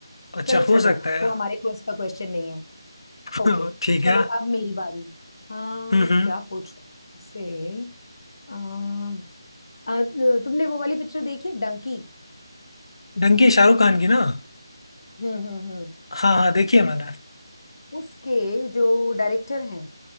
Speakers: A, on the left; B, on the left.
A: अच्छा
B: चलो
A: हो
B: छोड़ो
A: सकता है
B: वो हमारे क्विज का क्वेश्चन नहीं है
A: <laughs>
B: ओके
A: ठीक
B: चलो
A: है
B: अब मेरी बारी आ,
A: हम्म हम्म
B: क्या पूछो तुमसे आ, आ, तुमने वो वाली पिक्चर देखी है डंकी
A: डंकी शाहरुख खान की ना
B: हम्म हम्म हम्म
A: हाँ हाँ देखी है मैंने
B: उसके जो डायरेक्टर हैं